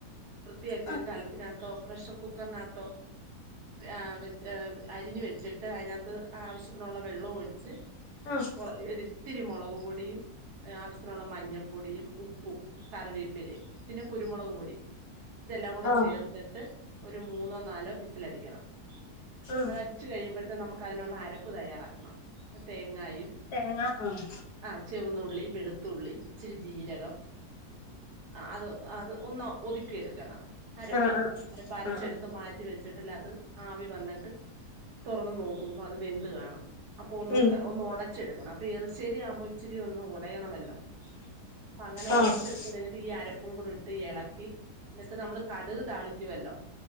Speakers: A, on the right; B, on the left.
A: വൃത്തിയാക്കി
B: ആഹ്
A: ഒരു കലത്തിനാത്തോ പ്രഷർ കുക്കറിനാത്തോ ആഹ് വെച്ച് അരിഞ്ഞ് വെച്ചിട്ട് അതിനാത്ത് ആവശ്യത്തിനുള്ള വെള്ളോം ഒഴിച്ച്
B: ആഹ്
A: കുറ ഒരിത്തിരി മൊളക്പൊടിയും ആവശ്യത്തിനുള്ള മഞ്ഞപ്പൊടിയും ഉപ്പും കറിവേപ്പിലയും പിന്നെ കുരുമുളക് പൊടി ഇതെല്ലാം കൂടെ
B: ആഹ്
A: ചേർത്തട്ട് ഒരു മൂന്നോ നാലോ വിസിലടിക്കണം
B: ആഹ്
A: അതടിച്ചു കഴിയുമ്പോഴത്തെ നമുക്ക് അതിനുള്ള അരപ്പ് തയ്യാറാക്കണം തേങ്ങായും
B: തേങ്ങ ആഹ്
A: ആഹ് ചെവന്നുള്ളി വെളുത്തുള്ളി ഇച്ചിരി ജീരകം അത് അത് ഒന്ന് ഒതുക്കി എടുക്കണം അരപ്പേ
B: ആഹ് ആഹ്
A: ഇങ്ങനിപ്പ അരച്ചെടുത്ത്
B: ആഹ്
A: മാ റ്റി വെച്ചിട്ട്ല്ലത് ആവി വന്നട്ട് തുറന്ന് നോക്കുമ്പോ അത് വെന്ത് കാണും അപ്പൊ ഒന്ന്
B: ഉം
A: ഒന്ന് ഒടച്ചെടുക്കണം അപ്പൊ എറിശ്ശേരി ആവുമ്പൊ ഇച്ചിരി ഒന്ന് ഒടയണവല്ലൊ അപ്പ അങ്ങനെ
B: ആഹ്
A: ഒടച്ചെടുത്ത് കഴിഞ്ഞിട്ട് ഈ അരപ്പും കൂടി ഇട്ട് എള ‌ക്കി എന്നട്ട് നമ്മള് കടുക് താളിക്കുവല്ലൊ